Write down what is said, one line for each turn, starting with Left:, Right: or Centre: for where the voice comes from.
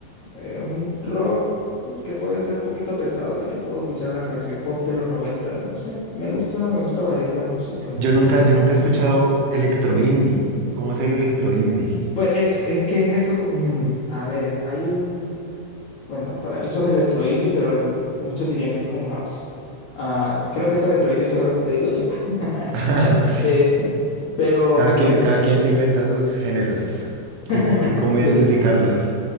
Left: eh, un rock que puede ser un poquito pesado, también puedo escuchar una canción pop de los 90, no sé, me gusta, me gusta variar la música.
Right: Yo nunca, yo nunca he escuchado electro indie. ¿Cómo es el electro indie?
Left: Pues es, es que es eso, co- mm, a ver, hay un, bueno, para mí eso es electro indie, pero l- muchos dirían que es como un house. Ah, creo que eso electro indie solo lo digo yo. <laughs>
Right: <laughs>
Left: Eh, pero,
Right: Cada quien,
Left: por ejemplo,
Right: cada quien se inventa sus géneros. ¿Cómo,
Left: <laughs>
Right: cómo identificarlos?